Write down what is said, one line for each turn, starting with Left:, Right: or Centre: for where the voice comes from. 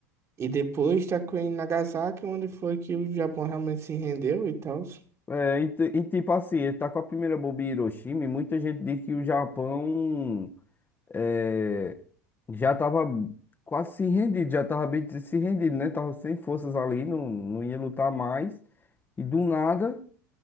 Right: E depois está em Nagasaki, onde foi que o Japão realmente se rendeu e tal.
Left: É, e, ti- e tipo assim, ele tá com a primeira bomba em Hiroshima e muita gente diz que o Japão é, já tava quase se rendido, já tava bem des- se rendido, né? Tava sem forças ali, não, não ia lutar mais. E do nada,